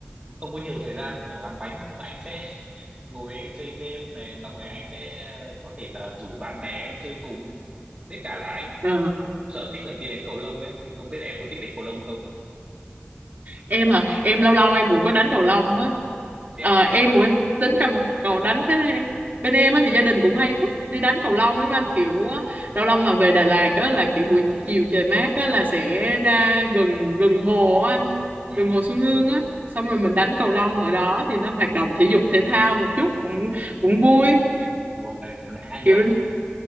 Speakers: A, on the right; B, on the right.
A: không có nhiều thời gian để mà làm bánh nhưng mà anh sẽ ngồi anh chơi game này xong rồi anh sẽ có thể là rủ bạn bè anh chơi cùng với cả là anh có
B: Dạ.
A: sở thích là đi đánh cầu lông ấy thì không biết em có thích đánh cầu lông không
B: em hả em lâu lâu em cũng có đánh cầu lông á
A: thế
B: Ờ,
A: á
B: em của em cũng thích đánh cầm cầu đánh thế bên em á thì
A: Ờ.
B: gia đình cũng hay thích đi đánh cầu lông lắm anh kiểu á, lâu lâu mà về Đà Lạt á là kiểu buổi
A: ừ
B: chiều trời mát á là sẽ ra gần gần hồ á anh
A: ừ
B: gần hồ Xuân Hương á xong rồi mình đánh cầu lông ở đó thì nó hoạt động thể dục thể thao một chút cũng cũng vui
A: Ui, đánh ai
B: kiểu
A: nhở